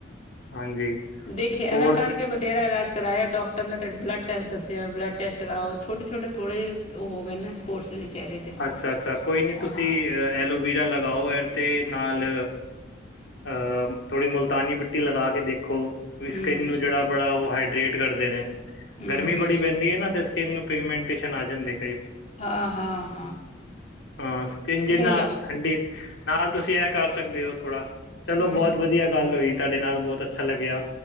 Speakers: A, on the left; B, on the left.
A: ਹਾਂਜੀ।
B: ਦੇਖਿਆ।
A: ਹੋਰ
B: ਮੈਂ, ਕਰਕੇ
A: ਤੁਸ-
B: ਬਥੇਰਾ ਇਲਾਜ ਕਰਾਇਆ ਡਾਕਟਰ ਨੇ ਤੇ ਬਲੱਡ ਟੈਸਟ ਦੱਸਿਆ। ਬਲੱਡ ਟੈਸਟ ਕਰਾਓ ਛੋਟੇ- ਛੋਟੇ, ਥੋੜੇ ਉਹ ਹੋ, ਗਏ ਨੇ। ਸਪੋਰਟਸ ਦੇ ਚਿਹਰੇ 'ਤੇ
A: ਅੱਛਾ- ਅੱਛਾ। ਕੋਈ ਨੀ
B: ਹਮ
A: ਤੁਸੀਂ ਐਲੋਵੀਰਾ ਲਗਾਓ ਐਰ ਤੇ ਨਾਲ ਅਹ, ਥੋੜੀ ਮੁਲਤਾਨੀ ਮਿੱਟੀ ਲਗਾ ਕੇ ਦੇਖੋ
B: ਹਮ
A: ਸਕਿਨ ਨੂੰ ਜਿਹੜਾ, ਬੜਾ ਉਹ ਹਾਈਡਰੇਟ ਕਰਦੇ ਨੇ।
B: ਹਮ
A: ਗਰਮੀ ਬੜੀ ਪੈਂਦੀ ਹੈ ਨਾ, ਤੇ ਸਕਿੰਨ ਨੂੰ ਪਿਗਮੈਂਨਟੇਸ਼ਨ ਆ ਜਾਂਦੀ।
B: ਹਾਂ-ਹਾਂ।
A: ਹਾਂ! ਸਕਿਨ ਜਿੰਨਾ
B: ਲ
A: ਠੰਡੀ, ਨਾਲ ਤੁਸੀਂ ਇਹ ਕਰ ਸਕਦੇ ਹੋ ਥੋੜਾ। ਚਲੋ
B: ਹਮ
A: ਬਹੁਤ ਵਧੀਆ, ਗੱਲ ਹੋਈ ਤੁਹਾਡੇ ਨਾਲ। ਬਹੁਤ ਅੱਛਾ ਲੱਗਿਆ।